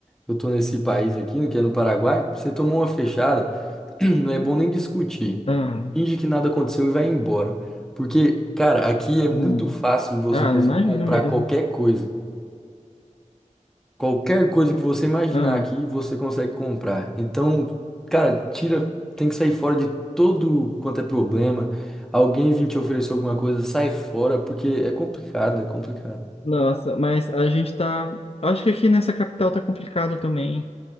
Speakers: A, in the centre; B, on the left (about 50°).
A: eu tô nesse país aqui, que é no Paraguai, você tomou uma fechada. <clears throat> Não é bom nem discutir.
B: Ah,
A: Finge que nada aconteceu e vai embora. Porque, cara, aqui é muito
B: hum.
A: fácil de você
B: Ah,
A: conseguir
B: eu imagino
A: comprar
B: mesmo.
A: qualquer coisa. Qualquer coisa que você imaginar
B: Ah,
A: aqui, você consegue comprar. Então, cara, tira, tem que sair fora de todo quanto é problema. Alguém vir te oferecer alguma coisa, sai fora, porque é complicado, é complicado.
B: nossa, mas a gente tá. Acho que aqui nessa capital tá complicado também.